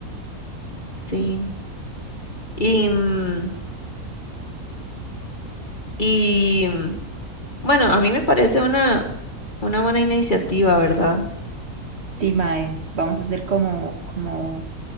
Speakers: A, on the left; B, on the right.
A: Sí. Y, mm, y mm, bueno, a mí me parece una, una buena iniciativa, ¿verdad?
B: Sí, Mae, vamos a hacer como, como